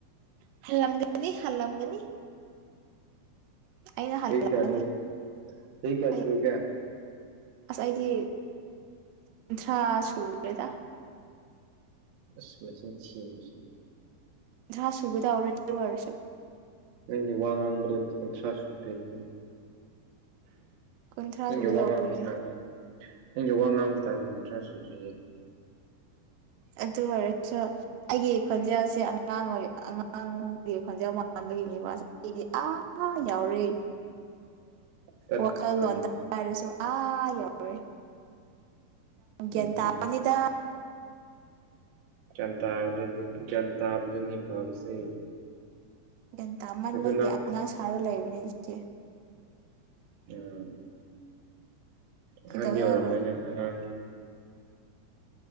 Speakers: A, on the right; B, on the right.
A: ꯍꯜꯂꯝꯒꯅꯤ ꯍꯜꯂꯝꯒꯅꯤ ꯑꯩꯅ ꯍꯜꯂꯛꯑꯅꯤ
B: ꯆꯍꯤ ꯀꯌꯥ ꯁꯨꯔ‌ꯦ ꯆꯍꯤ ꯀꯌꯥ
A: ꯑꯩ
B: ꯁꯨꯔꯒꯦ
A: ꯑꯁ ꯑꯩꯗꯤ ꯀꯨꯟꯊ꯭ꯔꯥ ꯁꯨꯔꯦꯗ
B: ꯑꯁ ꯃꯆꯤꯟ ꯊꯤꯌ‌ꯦꯅꯦ ꯃꯁꯤ
A: ꯀꯨꯟꯊꯔꯥ ꯁꯨꯒꯗꯧꯔꯦ ꯑꯗꯨ ꯑꯣꯏꯔꯁꯨ
B: ꯅꯪꯗꯤ ꯋꯥ ꯉꯥꯡꯕꯗ ꯀꯨꯟꯊ꯭ꯔꯥ ꯁꯨꯗꯦ ꯑꯩ ꯈꯪꯉꯦ
A: ꯀꯨꯟꯊ꯭ꯔꯥ
B: ꯅꯪꯒꯤ
A: ꯁꯨꯒꯗꯧꯔꯦ
B: ꯋꯥ ꯉꯥꯡꯕꯩ ꯏꯁꯇꯥꯜꯗꯣ ꯅꯪꯒꯤ ꯋꯥ ꯉꯥꯡꯕꯩ ꯏꯁꯇꯥꯜꯗꯣ ꯀꯨꯟꯊ꯭ꯔꯥ ꯁꯨꯗ꯭ꯔꯤꯌꯦ
A: ꯑꯗꯨ ꯑꯣꯏꯔꯁꯨ ꯑꯩꯒꯤ ꯈꯣꯟꯖꯦꯜꯁꯦ ꯑꯉꯥꯡ ꯑꯣꯏ ꯑꯉꯥꯡꯒꯤ ꯈꯣꯟꯖꯦꯜ ꯃꯥꯟꯕꯒꯤꯅꯤꯕ ꯆꯥꯍꯤꯗꯤ ꯑꯥꯥ ꯌꯧꯔꯦ
B: ꯇꯠ
A: ꯋꯥꯈꯜꯂꯣꯟꯗ
B: ꯎꯝ ꯎꯝ
A: ꯍꯥꯏꯔꯁꯨ ꯑꯥ ꯌꯥꯎꯔꯦ
B: ꯎꯝ
A: ꯒꯌ꯭ꯥꯟ
B: ꯎꯝ
A: ꯇꯥꯕꯅꯤꯗ
B: ꯒꯌ꯭ꯥꯟ ꯇꯥꯕꯗꯨꯅꯤ ꯒꯌ꯭ꯥꯟ ꯇꯥꯕꯗꯨꯅꯤ ꯐꯕꯁꯦ
A: ꯒꯌꯥꯟ ꯇꯥꯃꯟꯕꯒꯤ
B: ꯑꯗꯨ ꯅꯪ
A: ꯑꯉꯥꯡ ꯁꯥꯔꯒ ꯂꯩꯕꯅꯦ ꯑꯩꯁꯦ
B: ꯎꯝ
A: ꯀꯩꯗꯧꯋꯦ
B: ꯑꯍꯟꯗꯤ ꯑꯣꯏꯔꯝꯃꯣꯏ
A: ꯍꯥꯏꯕꯣ
B: ꯅꯪ ꯑꯉꯥꯡꯅꯤ